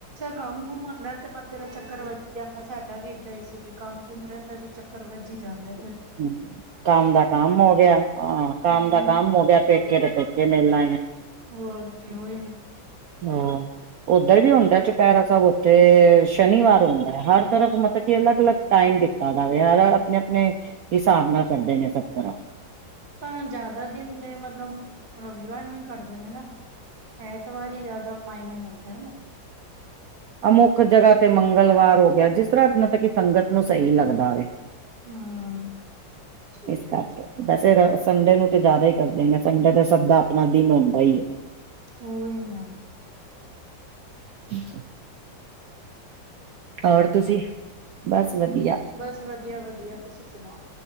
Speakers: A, on the right; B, on the right.
A: ਕੰਮ ਘੁੰਮਾਉਂਦਾ ਤੇ ਬੰਦੇ ਦਾ ਚੱਕਰ ਵੱਜ ਜਾਂਦਾ। ਤੁਹਾਡਾ ਵੀ ਏਦਾਂ ਹੀ ਸੀ ਕੰਮ ਕੁਮ ਰਹਿੰਦਾ ਤੇ ਚੱਕਰ ਵੱਜੀ ਹੀ ਜਾਂਦਾ।
B: ਹੂ ਕੰਮ ਦਾ ਕੰਮ ਹੋ ਗਿਆ ਹਾਂ ਕੰਮ
A: ਪੇਕਿਆਂ
B: ਦਾ
A: ਨੂੰ
B: ਕੰਮ ਹੋ ਗਿਆ ਪੇਕੇ ਤੇ ਪੇਕੇ ਮੇਲਾ
A: ਹੋਰ ਤੇ ਹੋਈ ਨਾ।
B: ਹਾਂ। ਉੱਧਰ ਵੀ ਹੁੰਦਾ ਚੁਪੈਰਾ ਸਾਹਿਬ ਉੱਥੇ ਸ਼ਨੀਵਾਰ ਹੁੰਦਾ ਹੈ ਹਰ ਤਰਫ ਮਤਲਬ ਕਿ ਅਲੱਗ ਅਲੱਗ ਟਮ ਦਿੱਤਾ ਜਾਵੇ ਯਾਰ ਆਪਣੇ ਆਪਣੇ ਹਿਸਾਬ ਨਾਲ ਕਰਦੇ ਨੇ ਸਭ ਤਰਫ
A: ਭ ਜ਼ਿਆਦਾ ਦਿਨ ਤੇ ਮਤਲਬ ਰਵੀਵਾਰ ਨੂੰ ਹੀ ਕੱਟਦੇ ਨੇ ਨਾ। ਐਤਵਾਰ ਜ਼ਿਆਦਾ ਮਾਇਨ ਲੱਗਦਾ ਹੈਨਾ।
B: ਅਮੁੱਖ ਜਗਾ ਤੇ ਮੰਗਲਵਾਰ ਹੋ ਗਿਆ ਜਿਸ ਤਰ੍ਹਾਂ ਮਤਲਬ ਕਿ ਸੰਗਤ ਨੂੰ ਸਹੀ ਲੱਗਦਾ ਵਵੇ।
A: ਹੂੰ ਠੀਕ
B: ਇਸ ਕਰਕੇ
A: ਹੈ ਠੀਕ
B: ਵੈਸੇ ਸੰਡੇ ਨੂੰ ਤੇ ਜ਼ਿਆਦਾ ਹੀ ਕਰਦੇ ਨੇ ਸੰਗ ਤਾਂ ਸਭ ਦਾ ਆਪਣਾ ਦਿਨ ਹੁੰਦਾ ਹੀ ਹੈ।
A: ਉਹੀ ਨਾ।
B: <inaudible> ਹੋਰ ਤੁਸੀਂ ਬਸ ਵਧੀਆ
A: ਬਸ ਵਧੀਆ ਵਧੀਆ ਤੁਸੀਂ ਸੁਣਾਓ।